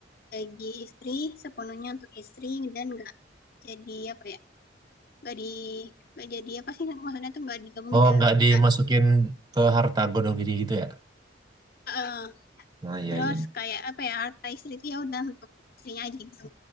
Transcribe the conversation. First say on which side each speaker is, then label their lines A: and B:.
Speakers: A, on the left; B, on the right.
A: gaji istri sepenuhnya untuk istri dan nggak jadi apa ya nggak di nggak jadi apa sih maksudnya tuh nggak digabungin
B: Oh,
A: dan
B: nggak dimasukin
A: nggak-
B: ke harta gondong gini gitu ya?
A: eh,
B: Nah, iya,
A: terus
B: iya.
A: kayak apa ya harta istri itu ya udah untuk istrinya aja gitu